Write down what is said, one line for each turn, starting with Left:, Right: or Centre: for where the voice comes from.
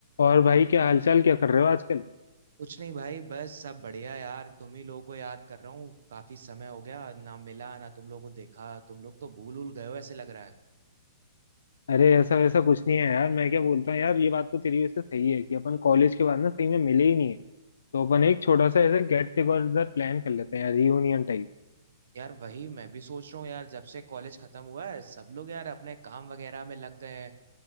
Left: और भाई क्या हालचाल क्या कर रहे हो आजकल
Right: कुछ नहीं भाई बस सब बढ़िया यार तुम ही लोगों को याद कर रहा हूँ काफी समय हो गया ना मिला ना तुम लोगों को देखा तुम लोग तो भूल उल गए हो ऐसे लग रहा है
Left: अरे ऐसा वैसा कुछ नहीं है यार मैं क्या बोलता हूँ यार ये बात तो तेरी वैसे सही है कि अपन कॉलेज के बाद ना सही में मिले ही नहीं है तो अपन एक छोटा सा ऐसे गेट टुगेदर प्लान कर लेते हैं यार रियूनियन टाइप
Right: यार वही मैं भी सोच रहा हूँ यार जब से कॉलेज खत्म हुआ है सब लोग यार अपने काम वगैरह में लग गए हैं